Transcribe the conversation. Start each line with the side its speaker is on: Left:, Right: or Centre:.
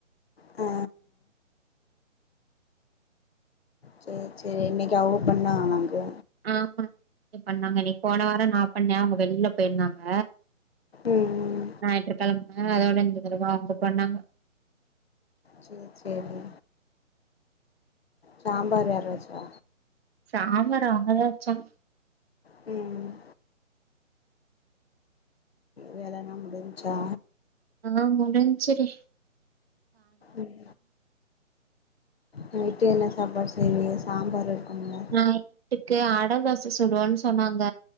Left: ஆ சேர் சேரி இன்னக்கி அவ்ங்க பண்ணாங்கலாக்கு
Right: ஆமா இ பண்ணாங்க அன்னைக போன வாரொ நா பண்ணே அவ்ங்க வெள்ல போய்ருந்தாங்க
Left: ம்
Right: ஞாயிற்றுக்கெழம அதோட இந்த தரவ அவ்ங்க பண்ணாங்க
Left: சேர் சேரி சாம்பாரு யார் வெச்சா
Right: சாம்பார் அவ்ங்கதா வெச்சாங்
Left: ம் வேலல்லா முடிஞ்ச்சா
Right: ஆ முடிஞ்ச்சு டீ
Left: ம் நைட்டு என்ன சாப்பாடு செய்வீங்க சாம்பார் இருக்குங்க
Right: நைட்டுக்கு அட தோச சுடுவோன் சொன்னாங்க